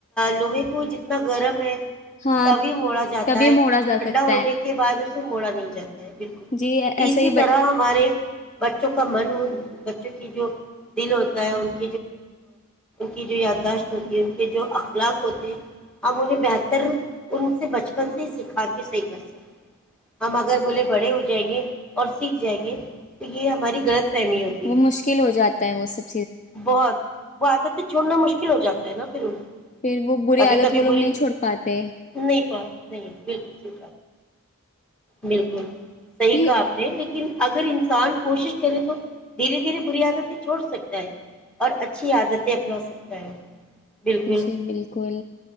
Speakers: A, in the centre; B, on the left (about 35°).
A: لوہے وہ جتنا گرم ہے
B: ہاں
A: تبھی موڑا جاتا
B: تبھی
A: ہے
B: موڑا جا
A: ٹھنڈا
B: سکتا
A: ہونے
B: ہے
A: کے بعد اس مڑا نہیں جات بالکل
B: جی
A: تو
B: ایسے
A: اسی
B: ہی
A: طرح
B: ب-
A: ہمارے بچوں کا من بچوں کی جو دل ہوتا ہے ان ان کی جو یاداشت ہوتی ہے ان کے جو اخلاق ہوتے ہیں ہم انہیں بہتر ان سے بچپن سے ہی سکھا کے صحیح کر سکتے ہم اگر بولے بڑے ہو جائیں گے اور سیکھ جائیں گے تو یہ ہماری غلط فہمی ہوتی
B: وہ
A: ہے
B: مشکل <inaudible>
A: بہت وہ آتا تھ چھوڑنا مشکل ہو جا ہے نا پھر وہ
B: پھر
A: <unintelligible>
B: وہ بری
A: کبھی
B: عادت
A: کبھی
B: وہ لوگ
A: بری
B: نہیں چھوڑ پاتے
A: نہیں نہیں بالکل سی بالکل صحیح
B: نہیں
A: کہا آپ نے لیکن اگر انسان کوشش کرے تو دھیرے دھیرے بری عادتیں چھوڑ سکتا ہے اور اچھی عادتیں اپنا سکتا ہے بالکل
B: جی بالکل